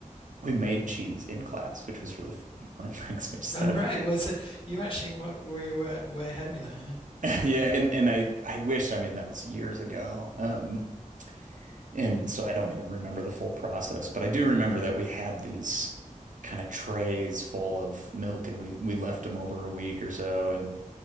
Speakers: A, on the right (about 70°); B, on the left (about 40°).
A: we made cheese in class, which was really fun. <laughs> Because we just
B: Oh,
A: had a
B: right. Well, so you actually mo- were you were way ahead of me there.
A: <laughs> Yeah, and and I I wish, I mean, that was years ago. Um, and so I don't even remember the full process, but I do remember that we had these kind of trays full of milk and we we left them over a week or so and